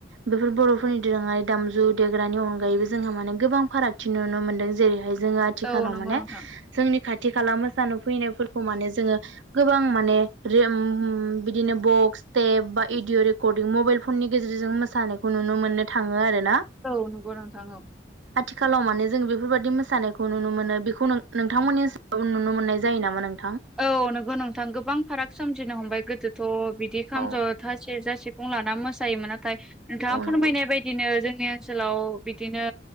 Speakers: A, on the right; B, in the centre.
A: बेफोर बर'फोरनि दोरों -आरि दामजु देग्रानि अनगायैबो जोंहा माने गोबां फारागथि नुनो मोनदों जेरैहाय जों आथिखालाव
B: औ नंगौ
A: माने
B: नोंथां
A: जोंनि खाथि खाला मोसानो फैनायफोरखौ माने जोङो गोबां माने रोम बिदिनो बक -क्स स्टेप बा एडिअ' रेकर्डिं मबाइल फननि गेजेरजों मोसानायखौ नुनो मोननो थाङो आरो ना
B: औ नंगौ नोंथां औ।।
A: आथिखालाव माने जों बेफोरबादि मोसानायखौ नुनो मोनो बेखौ नों नोंथांमोननि नुनो मोननाय जायो नामा नों?
B: औ नंगौ नोंथां गोबां फाराग सोमजिनो हमबाय गोदोथ' बिदि खाम
A: औ
B: ज'था सि सेरजा सिफुं लाना मोसायोमोन नाथाय नोंथाङा
A: औ
B: फोरमायनाय
A: नंगौ
B: बायदिनो जों -नि ओनसोलाव बिदिनो